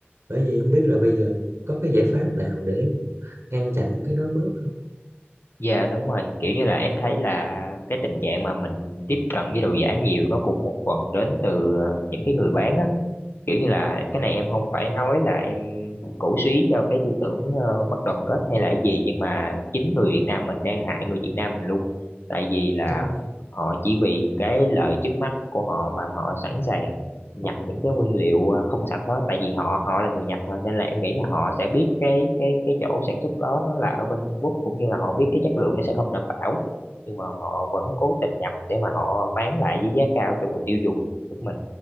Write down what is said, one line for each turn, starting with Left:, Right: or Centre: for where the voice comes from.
Right: bởi vì không biết là bây giờ có cái giải pháp nào để ngăn chặn cái đó bớt không
Left: dạ đúng rồi kiểu như là em thấy là cái tình trạng mà mình tiếp cận với đồ giả nhiều nó cũng một phần đến từ ờ, những cái người bán á. kiểu như là cái này em không
Right: ừ,
Left: phải nói là em cổ suý cho cái tư tưởng ờ, mất đoàn kết hay là cái gì nhưng mà chính người Việt Nam mình đang hại người Việt Nam mình luôn tại vì là
Right: đúng rồi
Left: họ chỉ vì cái lợi trước mắt của họ mà họ sẵn sàng nhập những cái nguyên liệu ờ, không sạch đó tại vì họ họ là người Nhật mà nên là em nghĩ là họ sẽ biết cái cái cái chỗ sản xuất đó nó là ở bên Trung Quốc cũng như là họ biết cái chất lượng nó sẽ không đảm bảo nhưng mà họ vẫn cố tình nhập để mà họ bán lại với giá cao cho người tiêu dùng tức mình